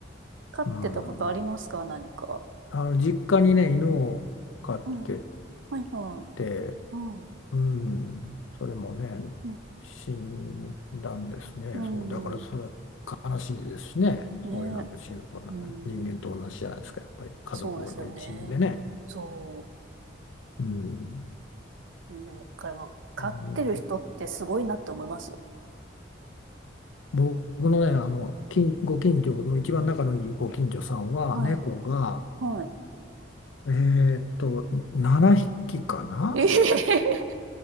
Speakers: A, on the right; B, on the left.
A: 飼ってたことありますか、
B: うん、
A: 何か。
B: あの実家にね、犬を飼って
A: はい、はい、はい、
B: て、
A: はい、
B: うん、それもね、
A: うん、
B: 死んだんですね。
A: うん、
B: そう、だからそれは悲しいですしね、
A: ね
B: そういうのが死ぬとな、
A: うーん、
B: 人間と同じじゃないですか、やっぱり家族の一員でね。
A: そうですよね。そ
B: うん、
A: う。ね、だからまあ、飼ってる人ってすごいなって思います。
B: うん僕のね、あの、近ご近所の一番仲のいいご近所さんは、
A: はい。
B: 猫が、
A: はい。
B: えーっと、7匹かな
A: ええ